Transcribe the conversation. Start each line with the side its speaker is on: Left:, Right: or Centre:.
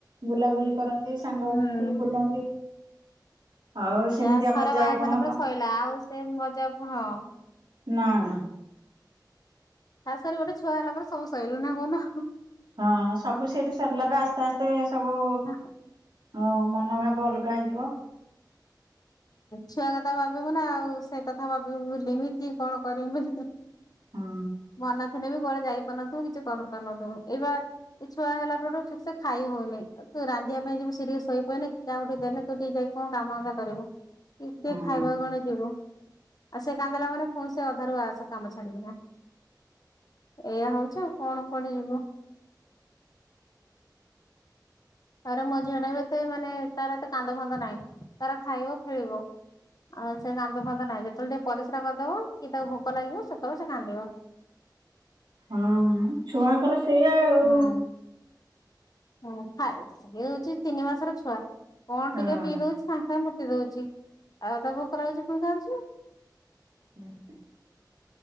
Right: ବୁଲାବୁଲି କରନ୍ତି ସାଙ୍ଗ
Left: ହୁଁ
Right: ହୁଅନ୍ତି ବୁଲନ୍ତି। ଆଉ ସେମିତିଆ
Left: ସେ ଥରେ
Right: ମଜା
Left: ବାହାରି
Right: ଆଉ କଣ
Left: ସାରିଲା
Right: ହବ
Left: ପରେ ଶୋଇଲା ଆଉ ସେ ମଜା ହଁ।
Right: ନା ନା।
Left: ତା ସରେ ଗୋଟେ ଛୁଆ ହେଲା ପରେ ସବୁ ସରିଲା ନା କୋହୁନ।
Right: ହଁ ସବୁ ସେଇଠି ସରିଲା ପରେ ଆସ୍ତେ ଆସ୍ତେ ସବୁ
Left: ହ ହୋ
Right: ହଁ ମନୋଭାବ ଅଲଗା ହେଇଯିବ।
Left: ଛୁଆ କଥା ଭାବିବୁ ନା ଆଉ ସେ କଥା ଭାବିବୁ ଭୁଲମି କି କଣ କରିମି।
Right: ହଁ
Left: ମ ଅନାଥିନେ ବି ଘରେ ଯାଇପାରୁନଥିବୁ କିଛି କରିପାରୁନଥିବୁ ଏଇବା ଏ ଛୁଆ ହେଲା ପରେଠୁ ଠିକ ସେ ଖାଇ ହଉନି ତୁ ରାନ୍ଧିବା ପାଇଁ ଯେ ସିରିୟସ ହୋଇପାରୁନି। ଯାହା ଗୋଟେ ଦେଲେ ତୁ ଟିକେ ଯାଇ କଣ କାମତା କରିବୁ ଟିକେ
Right: ହଁ।
Left: ଖାଇବା ଗଣ ଯିବ ଆଉ ସେ କାନ୍ଦ ଦେଲେ ମାନେ ପୁଣି ସେ ଅଧାରୁ ଆସ କାମ ଛାଡ଼ିକି। ଏଇଆ ହଉଛି ଆଉ କଣ କରିବୁ। ଆରେ ମୋ ଝିଅ ଟା ବି ଏତେ ମାନେ ତାର ଏତେ କାନ୍ଦ ଫାନ୍ଦ ନାହିଁ ତାର ଖାଇବ ଖେଳିବ। ଆଉ ସେ କାନ୍ଦ ଫାନ୍ଦ ନାହିଁ ଯେତେବେଳେ ଟିକେ ପରିସ୍ରା କରିଦବ କି ତାକୁ ଭୋକ ଲାଗିବ ସେତେବେଳେ ସେ କାନ୍ଦିବ।
Right: ହଁ ଛୁଆଙ୍କର ସେଇଆ ଆଉ।
Left: ହୁଁ। ହୁଁ ସିଏ ହୋଉଛି ତିନି ମାସର ଛୁଆ କଣ
Right: ହଁ।
Left: ଟିକେ ପିଇ ଦୋଉଛି ସାଙ୍ଗେ ସାଙ୍ଗେ ମୁତି ଦୋଉଚି। ଆଉ ତାକୁ। <unintelligible>
Right: ହୁଁ ହୁଁ।